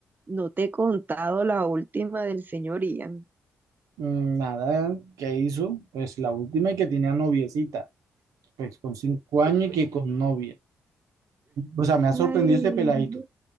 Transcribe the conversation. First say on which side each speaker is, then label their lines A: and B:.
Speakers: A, on the right (about 35°); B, on the right (about 75°).
A: No te he contado la última del señor Ian.
B: Mm, Nada, ¿qué hizo? Pues la última y que tenía noviecita, pues con cinco años y que con novia. O sea, me ha sorprendido
A: Ay,
B: este peladito.
A: no.